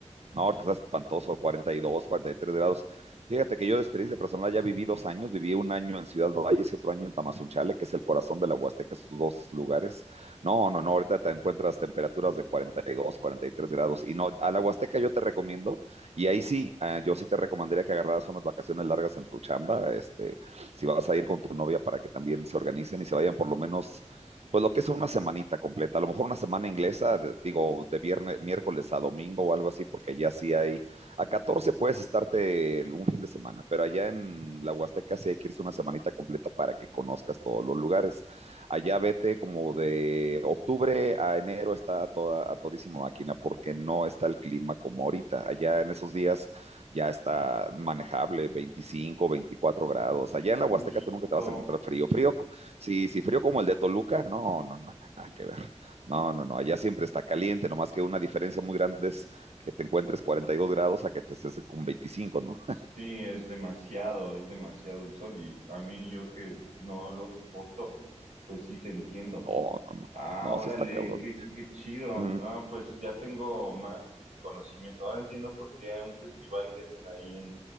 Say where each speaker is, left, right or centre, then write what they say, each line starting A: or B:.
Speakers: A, on the right (about 60°); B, on the right (about 85°).
A: No, ahorita está espantoso, cuarenta cuarenta y dos, cuarenta y tres grados. Fíjate que yo de experiencia personal ya viví dos años, viví un año en Ciudad Valles y otro año en Tamazunchale, que es el corazón de la Huasteca, esos dos lugares. No, no, no, ahorita te encuentras temperaturas de cuarenta cuarenta y dos, cuarenta y tres grados. Y no, a la Huasteca yo te recomiendo, y ahí sí, eh, yo sí te recomendaría que agarraras unas vacaciones largas en tu chamba, este, si vas a ir con tu novia para que también se organicen y se vayan por lo menos pues lo que es una semanita completa, a lo mejor una semana inglesa, de- digo, de viernes, miércoles a domingo o algo así, porque ya sí hay, a 14 puedes estarte el- un fin de semana, pero allá en la Huasteca sí hay que irse una semanita completa para que conozcas todos los lugares. Allá vete como de octubre a enero está a, toda, a todísima máquina, porque no está el clima como ahorita. Allá en esos días ya está manejable, 25, 24 grados. Allá en la
B: Justo,
A: Huasteca tú nunca te vas a encontrar frío, frío Sí, sí, frío como el de Toluca, no, no, no, no, nada que ver. No, no, no, allá siempre está caliente, nomás que una diferencia muy grande es que te encuentres 42 grados a que te estés con 25, ¿no?
B: sí, es demasiado, es demasiado el sol y a mí yo que no lo soporto, pues sí te entiendo.
A: No, no, no,
B: Ah,
A: no,
B: órale,
A: sí está cabrón.
B: qué, qué chido.
A: Mm,
B: No, pues ya tengo más este conocimiento. Ahora entiendo por qué hay un festival que hacen ahí en,